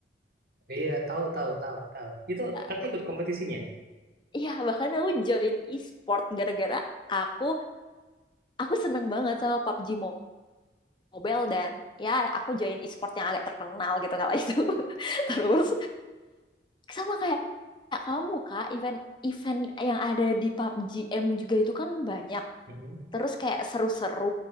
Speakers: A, on the right (about 55°); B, on the left (about 25°).
A: Iya, tahu tahu tahu tahu. Itu
B: Eh,
A: kakak ikut kompetisinya.
B: Iya, bahkan aku join e-sport gara-gara aku aku seneng banget sama PUBG Mo- Mobile dan ya aku join e-sport yang agak terkenal gitu kala itu. <laughs> Terus sama kayak kayak kamu Kak, event-event yang ada di PUBG M juga itu kan banyak.
A: Mm-mm.
B: Terus kayak seru-seru.